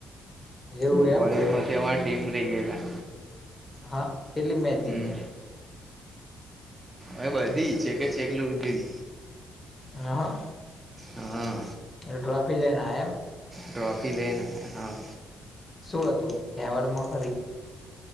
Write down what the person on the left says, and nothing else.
એવું
એમ
હા કેટલી મેચ જીતે?
એ હ.
ટ્રોફી લેના એમ.
શું હતું એવાડમાં?